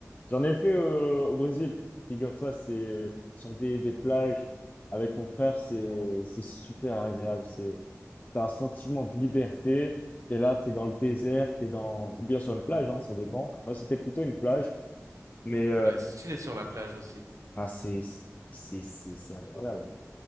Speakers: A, on the left; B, on the right.
A: j'en ai fait euh, au Brésil. Figure-toi, c'est sur des, des plages avec mon frère, c'est c'est super agréable. C'est, t'as un sentiment de liberté. T'es là, t'es dans le désert, t'es dans, ou bien sur une plage, hein, ça dépend. Moi, c'était plutôt une plage, mais euh,
B: Ça doit être stylé sur la plage aussi.
A: ah, c'est c'est c'est c'est incroyable.